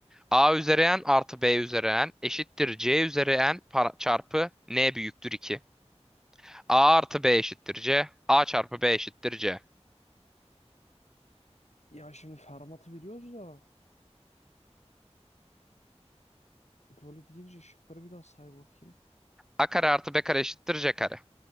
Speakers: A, in the centre; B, on the left (about 75°).
A: A üzeri n artı B üzeri n eşittir C üzeri n para- çarpı n büyüktür 2. A artı B eşittir C. A çarpı B eşittir C.
B: Ya şimdi Fermat'ı biliyoruz da böyle deyince şıkları bir daha say bakayım.
A: A kare artı B kare eşittir C kare.